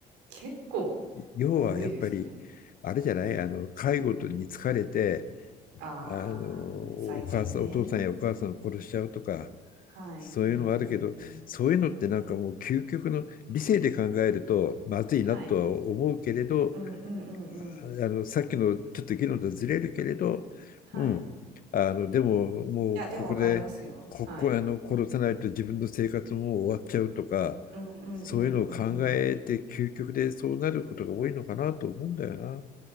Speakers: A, on the right (about 85°); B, on the left (about 55°).
A: 結構
B: 要はやっぱりあれじゃないあの介護に疲れて
A: 多いですね。ああ、
B: あのお母さんお父さんやお母さんを殺しちゃうとか
A: 最近ね。はい。
B: そういうのはあるけど、
A: うんうんうん。
B: そういうのってなんかもう究極の理性で考えるとまずいなとは思うけれど、
A: はい。うんうんうんうん。
B: あのさっきのちょっと議論とずれるけれど、
A: はい。
B: うん、
A: い
B: あのでももうここで、
A: や、でも分かりますよ。
B: ここあの殺さないと自分の生活も終わっちゃうとか、
A: はい。うんうんうんうんうん。
B: そういうのを考えて究極でそうなることが多いのかなと思うんだよな。